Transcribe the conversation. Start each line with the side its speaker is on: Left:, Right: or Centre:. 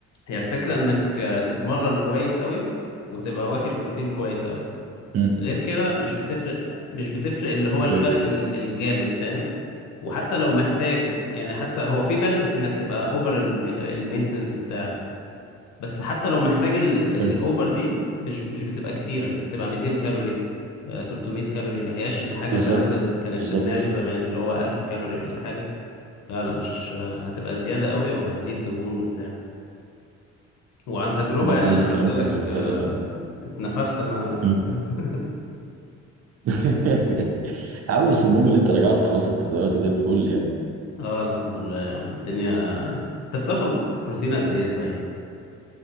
Left: هي الفكرة انك آه، تتمرن كويس قوي وتبقى واكل بروتين كويس قوي
Right: امم
Left: غير كده مش بتفرق مش بتفرق اللي
Right: اوكي
Left: هو الفرق ال- الجامد فاهم وحتى لو محتاج يعني حتى هو في بنفيت انك تبقى اوفر المينتنس بتاعك بس حتى لو محتاج الاوفر
Right: حلو
Left: دي مش مش بتبقى كتيرة بتبقى 200 كالوري آه، 300 كالوري ما هياش الحاجة
Right: بالظبط
Left: اللي انا كن- كانت
Right: بالظبط
Left: في دماغي زمان اللي هو 1000 كالوري ولا حاجة لا لا مش آه، هتبقى زيادة قوي وهتزيد دهون وبتاع وعن تجربة
Right: عامة
Left: يعني أنا قلت
Right: كلامك
Left: لك
Right: مظبوط
Left: آه،
Right: يا جدع.
Left: اتنفخت أنا
Right: امم
Left: <laughs>
Right: <laughs> يا عم بس المهم اللي انت رجعت خلاص انت دلوقتي زي الفل يعني
Left: اه الحمد لله يا عم الدنيا أنت بتاخد بروتين قد إيه صحيح؟